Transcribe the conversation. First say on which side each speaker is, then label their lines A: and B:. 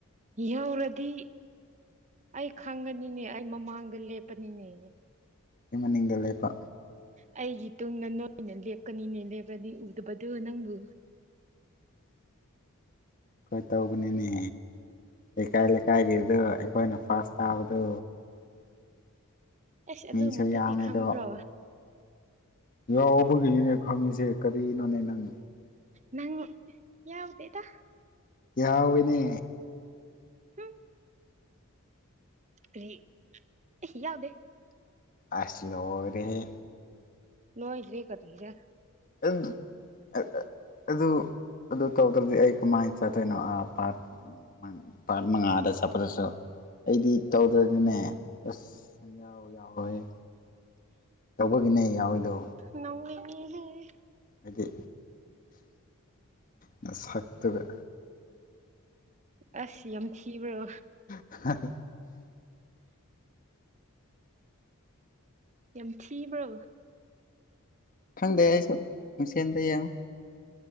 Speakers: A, on the right; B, on the left.
A: ꯌꯧꯔꯗꯤ ꯑꯩ ꯈꯪꯒꯅꯤꯅꯦ ꯑꯩ ꯃꯃꯥꯡꯗ ꯂꯦꯞꯄꯅꯤꯅꯦ
B: ꯑꯩ ꯃꯅꯤꯡꯗ ꯂꯩꯄ
A: ꯑꯩꯒꯤ ꯇꯨꯡꯗ ꯅꯣꯏꯅ ꯂꯦꯞꯀꯅꯤꯅꯦ ꯂꯦꯞꯔꯗꯤ ꯎꯗꯕꯗꯨ ꯅꯪꯕꯨ
B: ꯍꯣꯏ ꯇꯧꯕꯅꯦꯃꯤ ꯂꯩꯀꯥꯏ ꯂꯩꯀꯥꯏꯒꯤꯗꯨ ꯑꯩꯈꯣꯏꯅ ꯐꯥꯁ ꯇꯥꯕꯗꯨ
A: ꯑꯁ ꯑꯗꯨꯃꯛꯇꯗꯤ
B: ꯃꯤꯁꯨ ꯌꯥꯝꯃꯦꯗꯣ
A: ꯈꯪꯕ꯭ꯔꯣ
B: ꯌꯥꯎꯕꯒꯤꯅꯤꯅꯦ ꯈꯪꯉꯤꯁꯦ ꯀꯔꯤꯅꯣꯅꯦ ꯅꯪ
A: ꯅꯪ ꯌꯥꯎꯗꯦꯗ
B: ꯌꯥꯎꯏ ꯅꯦ
A: ꯍꯝ ꯀ꯭ꯔꯤ ꯏ ꯌꯥꯎꯗꯦ
B: ꯑꯁ ꯂꯣꯔꯦꯍꯦ
A: ꯂꯣꯏꯗ꯭ꯔꯤ ꯀꯔꯤꯔꯥ
B: <unintelligible> ꯑꯗꯨ ꯑꯗꯨ ꯇꯧꯗ꯭ꯔꯗꯤ ꯑꯩ ꯀꯃꯥꯏꯟ ꯆꯠꯇꯣꯏꯅꯣ ꯑ ꯄꯥꯠ ꯄꯥꯔꯠ ꯃꯉꯥꯗ ꯆꯠꯄꯗꯁꯨ ꯑꯩꯗꯤ ꯇꯧꯗ꯭ꯔꯗꯤꯅꯦ ꯑꯁ ꯌꯥꯎ ꯌꯥꯎꯔꯣꯏ ꯇꯧꯕꯒꯤꯅꯦ ꯌꯥꯎꯔꯤꯗꯣ
A: ꯅꯣꯡꯅꯤꯡꯉꯦꯍꯦ
B: ꯍꯥꯏꯗꯤ ꯅꯁꯛꯇꯨꯒ
A: ꯑꯁ ꯌꯥꯝ ꯊꯤꯕ꯭ꯔꯣ
B: ꯍꯥ ꯍꯥ
A: ꯌꯥꯝ ꯊꯤꯕ꯭ꯔꯣ
B: ꯈꯪꯗꯦ ꯑꯩꯁꯨ ꯅꯨꯡꯁꯦꯟꯗ ꯌꯦꯡꯉꯣ